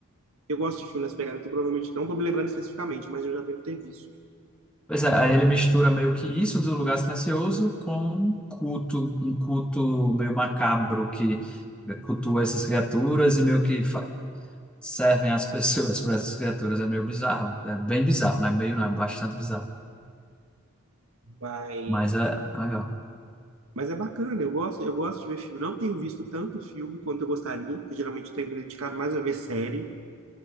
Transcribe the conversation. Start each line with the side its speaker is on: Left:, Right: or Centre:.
Right: Eu gosto de filmes nessa pegada, então provavelmente não tô me lembrando especificamente, mas eu já devo ter visto.
Centre: Pois é, aí ele mistura meio que isso do lugar silencioso com um culto, um culto meio macabro que cultua essas criaturas e meio que fa- servem as pessoas para essas criaturas. É meio bizarro, é bem bizarro, né? Meio não, é bastante bizarro,
Right: Mas
Centre: mas é é legal.
Right: Mas é bacana, eu gosto, eu gosto de ver filme. Não tenho visto tanto filme quanto eu gostaria, porque geralmente tenho me dedicado mais a ver série,